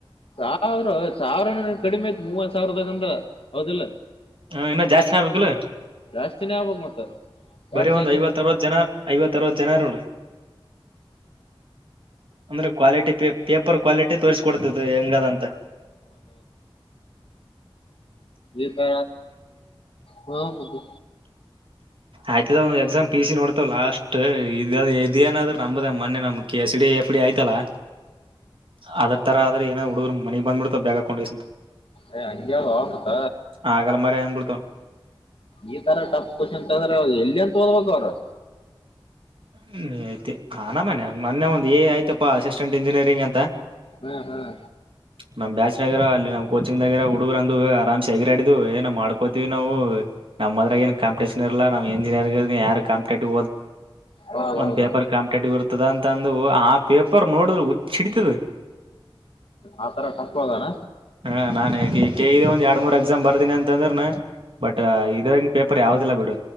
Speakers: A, on the left; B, on the right.
A: ಸಾವಿರ ಸಾವಿರನ ಕಡಿಮೆ ಆಯ್ತು ಮೂವತ್ ಸಾವಿರದಗಂದ್ರ ಹೌದಿಲ್ಲ
B: ಆ, ಇನ್ನ ಜಾಸ್ತಿನ ಆಗ್ಬೇಕಲ್ಲ
A: ಜಾಸ್ತಿನೇ ಆಗ್ಬಕ್ ಮತ್ತ ಎರಡ್
B: ಬರೀ ಒಂದ್
A: ಸಾವಿರ
B: ಐವತ್ ಅರವತ್ ಜನ ಐವತ್ತ ಅರವತ್ ಜನರ ಅಂದ್ರೆ ಕ್ವಾಲಿಟಿ ಪ ಪೇಪರ್ ಕ್ವಾಲಿಟಿ ತೋರಿಸಕೊಡ್ತದೆ ಹೆಂಗದಂತ
A: ಇ ಯ ಹಾ ಬು
B: ಆಯ್ತದ್ ಎಕ್ಸಾಮ್ ಪಿ ಸಿ ನೋಡ್ತವ ಲಾಸ್ಟ್ ಇದ ಇದ ಏನಾದ್ರ ನಂಬ್ದ ಮೊೆ ನಮ್ ಎಸ್ ಡಿ ಎಫ್ ಡಿ ಆಯ್ತಲ್ಲಾ ಅದರ್ ತರ ಆದ್ರೆ ಏನೋ ಹುಡುಗರು ಮನೆಗ್ ಬಂದ್ಬಿಡ್ತ ಬ ೊಂಡ
A: ಏ ಹಂಗ್ಯಾವ ಮತ್ತ
B: ಆಗಲ ಮರಂಬಳತ
A: ಈ ತರ ಟಫ್ ಕ್ವಶನ್ ಅಂತ್ರೆ ಎಲ್ಲಿ ಅಂತ ಓದ್ಬೇಕ ಅವ್ರರು
B: ಹ್ಮ ಐತಿ ಹ ನ ಮನೆ ಮೊೆ ಒಂದು ಏ ಆಯ್ತಪ್ಪಾ ಅಸಿಸ್ಟೆಂಟ್ ಇಂಜಿನಿಯರಿಂಗ್ ಅಂತ
A: ಹ್ಮ್ ಹ್ಮ್
B: ನಮ್ಮ್ ಬಾಜನಗರ ಅಲ್ಲಿ ನಾ ಕೋಚಿಂಗ್ಗರ ಹುಡುಗರು ಅ ಆರಾಮ್ೆಗಿಾಡಿದ್ ಏ ಮಾಡ್ಕೋತೀವಿ ನಾವು ನಮ್ಮದ್ರ ಏ ಕಂಪಿಟೇಷನ್ ಲ್ಲಾವು ಎಜಿನಿಯರ್ ಯಾರ ಕಾಪಿೇಟ್ದ
A: ಹೌದೌದು
B: ಒಂದ್ ಪೇಪರ್ ಕಾಂಪಿಟೇಟಿವ್ ಇರ್ತದ ಅಂತಂದು ಆ ಪೇಪರ್ ನೋಡಿದ್ರ ಸಿಡತದೆ
A: ಆತರ ಟಫ್ ಅದಾನ
B: ಹಾ ನಾನ ಆಗಿ ಒಂದ ಎರಡ್ ಮೂರ್ ಎಕ್ಸಾಮ್ ಬರ್ದಿನಿ ಅಂತ ಅಂದ್ರ ಬಟ್ ಇದ್ರಂಗ ಪೇಪರ್ ಯಾವ್ದಲ್ಲಾ ಬಿಡು